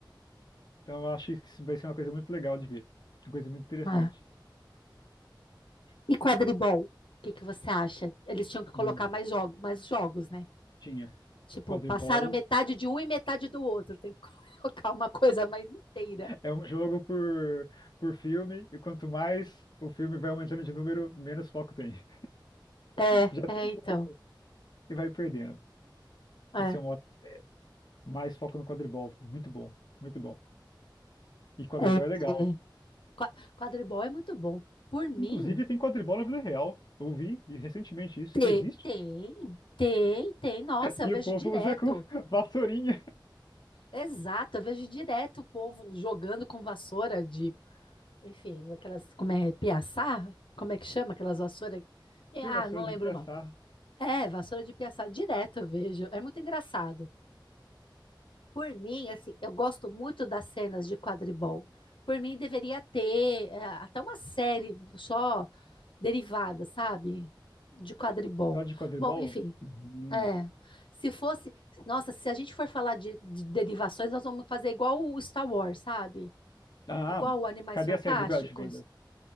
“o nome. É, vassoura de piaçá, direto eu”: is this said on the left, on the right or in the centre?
Left